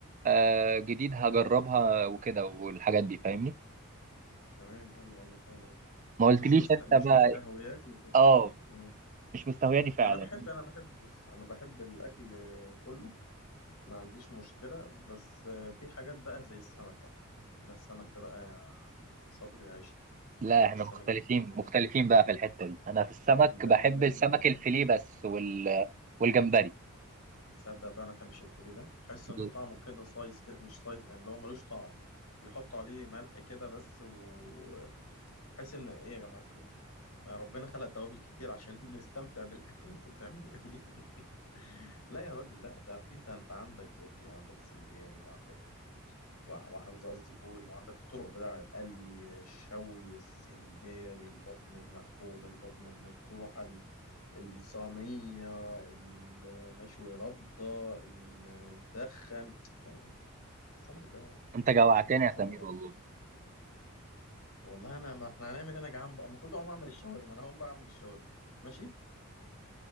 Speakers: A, on the right; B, on the left.
A: آه، جديد هجربها وكده والحاجات دي فاهمني
B: تمام ايوه ايوه فاهم قصدك
A: ما قلتليش
B: مش مست...
A: انت
B: مش
A: بقى
B: مستهوياك لب-
A: اه
B: مم.
A: مش مستهواني فعلا
B: انا بحب انا بحب بص انا بحب الاكل كله ما عنديش مشكله بس في حاجات بقى زي السمك بقى انا السمك ده بقى يا صبري عيشي
A: لا
B: بحب
A: احنا
B: السمك
A: مختلفين
B: جدا
A: مختلفين بقى في الحته دي انا في السمك
B: لا
A: بحب
B: لا لا
A: السمك
B: يا راجل
A: الفيليه بس وال والجمبري
B: تصدق بقى انا بحبش الفيليه ده بحس
A: <laughs>
B: انه طعمه كده صايص كده مش صايص يعني اللي هو ملوش طعم بيحطوا عليه ملح كده بس وبحس ان ايه يا جماعه في ايه ما ربنا خلق توابل كتير عشان <laughs> نستمتع بالاكل انتوا بتعملوا ايه <laughs> لا يا راجل لا ده في انت انت عندك بولتي وعندك سنجاري وعندك وع- وعز- قصدي بوري وعندك الطرق بتاع القلي الشوي السنجاري البطن المقفوله البطن المفتوحه الصينية المشوي ردة المدخن لا السمك ده
A: انت جوعتني
B: السمك ده
A: يا سمير
B: حاجة
A: والله
B: والله انا ما احنا هنعمل هنا جعان بقى المفروض اقوم اعمل الشاورما انا هقوم بقى اعمل الشاورما ماشي